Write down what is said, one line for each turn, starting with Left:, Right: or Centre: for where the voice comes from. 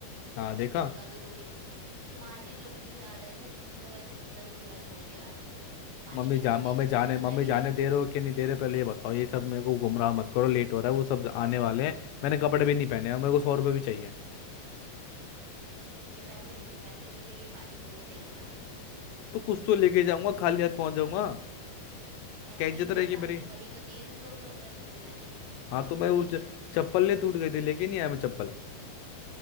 Left: हाँ देखा
Right: नल का तो तुम तुम्हारी लोग की ही आदत है जो तुम लोग ऐसे नल खुला छोड़ के आ जाते हो पानी
Left: मम्मी
Right: कितना
Left: जा मम्मी
Right: वेस्ट होता
Left: जाने
Right: है पता
Left: मम्मी
Right: है कि
Left: जाने
Right: नहीं
Left: दे
Right: तुमको
Left: रहे हो कि नहीं दे रहे पहले ये बताओ ये सब मेरे को गुमराह मत करो लेट हो रहा है वो सब आने वाले हैं मैंने कपड़े भी नहीं पहने हैं मेरे को सौ रुपये भी चाहिए
Right: तुझे पैसे भी चाहिए पैसे क्यों चाहिए पार्टी तो वो दे रहा है ना
Left: तो कुछ तो लेके जाऊंगा खाली हाथ पहुंच जाऊंगा
Right: पैसे
Left: क्या इज्जत
Right: नहीं तेरे
Left: रहेगी
Right: पास
Left: मेरी
Right: अभी कल ही तो दिए थे दो सौ रुपए तुझे मैंने
Left: हाँ तो
Right: उसको
Left: मैं वो
Right: क्या
Left: च-
Right: किया तूने
Left: चप्पल नहीं टूट गई थी लेके नहीं आया मैं चप्पल